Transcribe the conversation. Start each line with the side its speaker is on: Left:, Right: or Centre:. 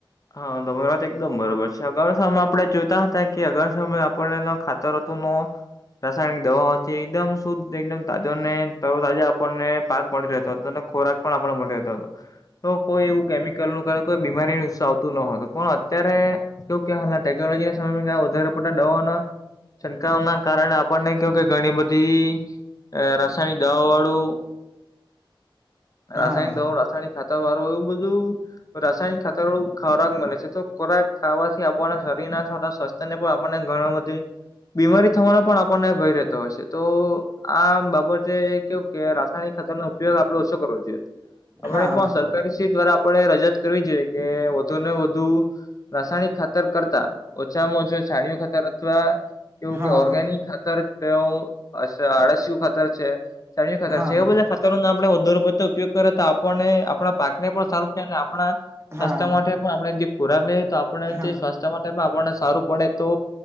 Left: હા તમારા વાત એકદમ બરોબર છે. અગરસામાં આપણે જોતા હતા કે અગારસમાં આપણને ખાતરતુ નો રાસાયણિક દવાથી એકદમ શુદ્ધ એકદમ તાજો ને તર તાજા આપણને પાક મળી રહેતો હતો, અને ખોરાક પણ આપે મળી રહેતો હતો. તો કોઈ એવું કેમિકલ નું કોઈ બીમારીનું સાવ ન હતું, પણ અત્યારે કે હાલ ટેકનોલોજી ના સમયમાં ક વધારે પતા દવાના છંકાવ ના કારણે આપણને કે કે ઘણી બધી અ રસાયણિક દવાવાળું રાસાયણિક
Right: હા
Left: દવા, રાસાયણિક ખાતરવાળું, એવું બધું રાસાયણિક ખાતર વાળું ખોરાક મલે છે. તો ખોરાક ખાવાથી આપણને શરીર નાા સ્વાસ્થ્યને પણ આપણને ઘની બધી બીમારી થવાનો પણ આપણને ભય રહેતો હોય છે. તો આ બાબતે કેવું કે રાસ રસાયનિક ખતર નો ઉપયોગ આપડે ઓછો કરવો જોઈએ આપણે
Right: હા
Left: દ્વારા આપડે રજૂઆત કરવી જોઈએ કે તોને વધુ રાસાયણિક ખાતર કરતા ઓછામાં ઓછા છાણીયો ખાતર અથવા કેવું
Right: હા
Left: કે ઓર્ગેનિક ખાતર તેવુ આળસયુ ખાતર છે. છાણીયું ખતર
Right: હા
Left: છે. એ બધા ખતરો આપડણે વદુ ઉપયોગ કરે તો આપને આપણા પાક ને પણ સારું થાય અને આપણા
Right: હા
Left: સ્વાસ્થ્ય માટે પણ આપણે જે ખોરાક લઈએ તો આપણે
Right: હા
Left: સ્વાસ્થ્ય માટે પણ આપણને સારું પડે તો